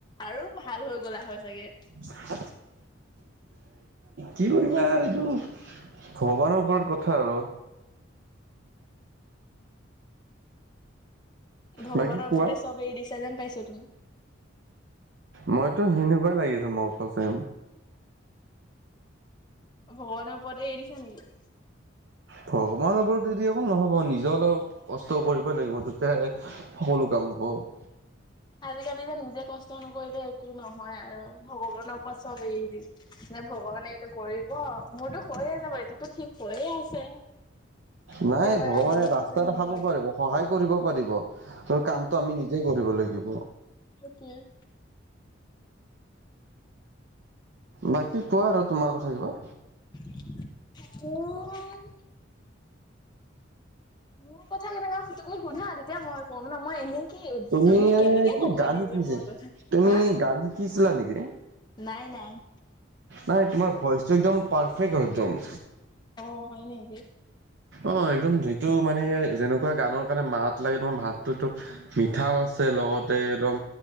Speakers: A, on the left; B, on the right.
A: আৰু ভাল হৈ গলা হয় চাগে।
B: <unintelligible> কি কৰিবা আৰ এইটো, ভগৱানৰ ওপৰত কথা আৰু।
A: ভগৱানৰ
B: বাকী কোৱা
A: ওপৰতে চব এৰি দিছা যেন পাইছোঁ তুমি।
B: মইতো সেনেকুৱাই লাগি আছে, মই সঁচাই।
A: ভগৱানৰ ওপৰতে এৰি দিছা নেকি?
B: ভগৱানৰ ওপৰত এৰি অকল নহ'ব, নিজেও অলপ কষ্ট কৰিবই লাগিব। তেতিয়াহে এ সকলো কাম হ'ব।
A: আজিকালি যে নিজে কষ্ট নকৰিলে একো নহয় আৰু ভগৱানৰ ওপৰত চব এৰি দি। নে ভগৱানে এইটো কৰিব, মোৰতো কৈয়ে আছে বোলে, এইটোতো ঠিক হৈয়ে আছে।
B: নাই,
A: বুলি কয়
B: ভগৱানে
A: আৰু বহি
B: ৰাস্তা
A: থাকিলে নহ'ব
B: দেখাব
A: আৰু
B: পাৰিব। সহায় কৰিব পাৰিব, আৰু কামটো আমি নিজেই কৰিব লাগিব।
A: সেইটোৱেই।
B: বাকী কোৱা আৰু তোমাৰ কথা কিবা?
A: <unintelligible> মোৰ কথা কেতিয়াবা তুমি সোধা <unintelligible> মই ক'ম ন' মই এনেই কি
B: তুমি
A: তাৰমানে কেনেকে
B: কি
A: ক'ম মই
B: গান
A: নিজে
B: শিকিছে
A: মোৰ কথা
B: তুমি
A: হা?
B: গান শিকিছিলা নেকি
A: নাই নাই।
B: নাই তোমাৰ ভইচটো একদম পাৰফেক্ট হয় একদম।
A: অ', হয় নেকি?
B: অ', একদম যিটো মানে, যেনেকুৱা গানৰ কাৰণে মাত লাগে তোমাৰ মাতটো একদম মিঠাও আছে। লগতে একদম